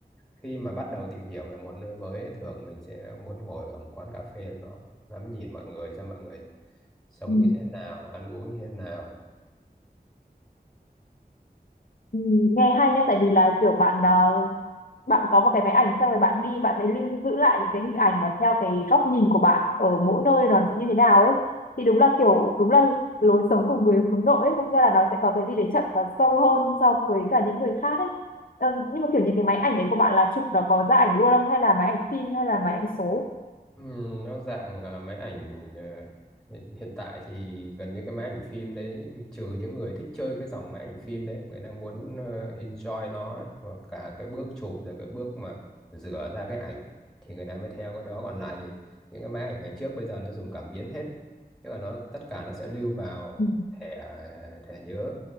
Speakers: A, in the centre; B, on the left (about 60°).
A: khi mà bắt đầu tìm hiểu về một nơi mới ấy, thường mình sẽ muốn ngồi ở một quán cà phê nào đó ngắm nhìn mọi người xem mọi người sống
B: ừ.
A: như thế nào ăn uống như thế nào
B: ừ, nghe hay nhá tại vì là kiểu bạn ờ, bạn có một cái máy ảnh xong rồi bạn đi bạn thấy lưu giữ lại những cái hình ảnh mà theo cái góc nhìn của bạn ở mỗi nơi nó sẽ như thế nào ấy thì đúng là kiểu đúng là lối sống của người hướng nội ấy, Thật ra là nó sẽ có cái đi để chậm và sâu hơn so với cả những người khác ấy Ờ, nhưng mà kiểu những cái máy ảnh đấy của bạn là chụp nó có ra ảnh luôn không hay là máy ảnh phim hay là máy ảnh số
A: Ừ, nó dạng ờ, máy ảnh ờ, hiện, hiện tại thì gần như cái máy ảnh phim đấy trừ những người thích chơi cái dòng máy ảnh phim đấy người ta muốn ờ, enjoy nó đấy và cả cái bước chụp rồi cái bước mà rửa ra cái ảnh thì người ta mới theo cái đó còn lại thì những cái máy ảnh ngày trước bây giờ nó dùng cảm biến hết tức là nó tất cả nó sẽ lưu vào
B: Ừ.
A: thẻ à, thẻ nhớ